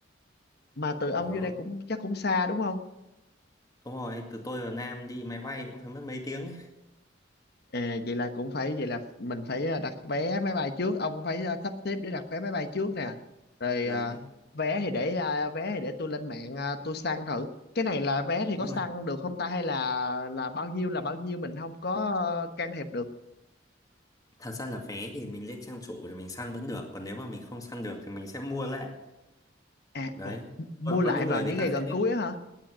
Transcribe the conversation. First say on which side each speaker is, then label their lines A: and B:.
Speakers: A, on the left; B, on the left.
A: mà từ ông
B: đó
A: vô đây cũng chắc cũng xa đúng không
B: đúng rồi từ tôi và Nam đi máy bay cũng phải mất mấy tiếng ấy
A: à vậy là cũng phải vậy là mình phải à, đặt vé máy bay trước ông cũng phải à, sắp xếp để đặt vé máy bay trước nè rồi
B: đấy
A: à, vé thì để à, vé thì để tôi lên mạng à, tôi săn thử cái này là vé thì có
B: đúng
A: săn
B: rồi
A: được không ta hay là là bao nhiêu là bao nhiêu mình không có ờ, can thiệp được
B: Thật ra là vé thì mình lên trang chủ thì mình săn vẫn được Còn nếu mà mình không săn được thì mình sẽ mua lại
A: à
B: Đấy
A: ồ, mua
B: Có
A: lại
B: có những
A: vào
B: người
A: những
B: người ta
A: ngày gần
B: sẽ
A: cuối á hả